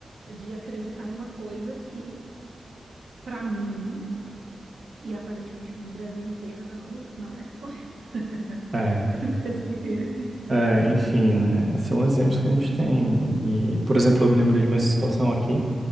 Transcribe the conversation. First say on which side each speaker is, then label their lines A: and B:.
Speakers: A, on the right (about 85°); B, on the right (about 35°).
A: de acreditar numa coisa que, pra mim, e aparentemente pro Brasil inteiro, não, não é correta. <laughs>
B: é,
A: Pro Brasil inteiro.
B: é, enfim, né? São exemplos que a gente tem. E, por exemplo, eu me lembrei de uma situação aqui.